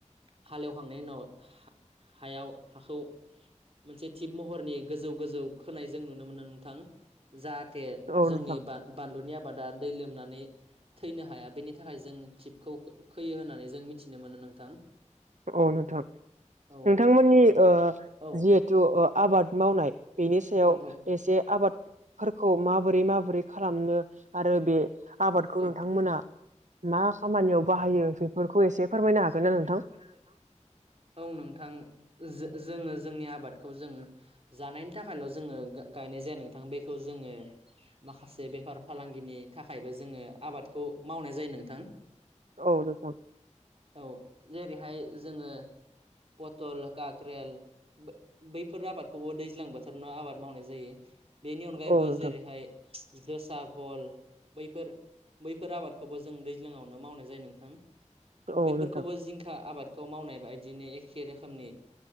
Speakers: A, on the right; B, on the right.
A: हालेवखांनायनि उनाव हा-हायाव हाखौ। मोनसे थिग महरनि गोजौ गोजौ खोनाय जों नुनो मोनो नोंथां। जाहाथे
B: औ
A: जोंनि
B: नोंथां
A: बा-बानलुनि आबादा दै लोमनानै। थैनो हाया बेनि थाखाय जों थिबखौ खो-खोयो होननानै जों मिथिनो मोनो नोंथां।
B: अ नोंथां।
A: औ
B: नोंथांमोननि ओ-जिहेथु
A: औ
B: ओ-आबाद मावनाय बेनि सायाव
A: औ
B: एसे आबादफोरखौ माबोरै माबोरै खालामनो आरो बे आबादखौ
A: औ
B: नोंथांमोना। मा खामानियाव बाहायो बेफोरखौ एसे।
A: बेफोरखौ
B: फोरमायनो
A: एसे
B: हागोन ना
A: फोरमायनो
B: नोंथां?
A: हागोन ना नोंथां? औ नोंथां जो-जोङो जोंनि आबादखौ जों। जानायनि थाखायल' जोङो गायनाय जाया नोंथां बेखौ जोङो। माखासे बेफार फालांगिनि थाखायबो जोङो आबादखौ मावनाय जायो नोंथां।
B: औ नोंथां।
A: औ जेरैहाय जोङो पतल, काक्रेल। बै-बैफोर आबादखौबो दैज्लां बोथोरावनो आबाद मावनाय जायो। बेनि अनगायैबो
B: औ नोंथां
A: जेरैहाय जोसा भल बैफोर। बैफोर आबादखौबो जों दैज्लाङावनो मावनाय जायो नोंथां।
B: औ
A: बैफोरखौबो
B: नोंथां
A: जिं आबादखौ मावनाय बायदिनो एखे रोखोमनि।